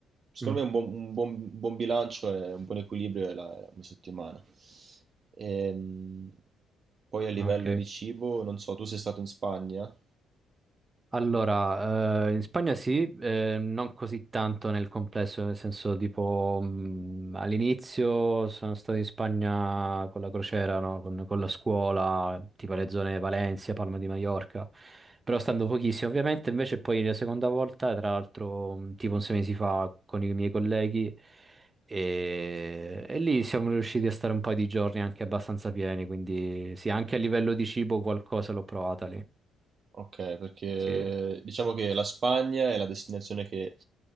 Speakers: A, on the right; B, on the right.
A: secondo
B: Mm,
A: me un buon, un buon- un buon bilancio e un buon equilibrio è, la- è una settimana. Ehm, poi a livello
B: Ah, Ok.
A: di cibo, non so, tu sei stato in Spagna?
B: Allora, eh, in Spagna sì, eh, non così tanto nel complesso, nel senso tipo mh, all'inizio sono stato in Spagna con la crociera, no? Con, con la scuola, tipo le zone Valencia, Palma di Mallorca, però stando pochissimo ovviamente, invece poi la seconda volta, tra l'altro mh, tipo un sei mesi fa con i miei colleghi e, e lì siamo riusciti a stare un paio di giorni anche abbastanza pieni, quindi sì, anche a livello di cibo qualcosa l'ho provata lì,
A: Ok, perché
B: sì.
A: diciamo che la Spagna è la destinazione che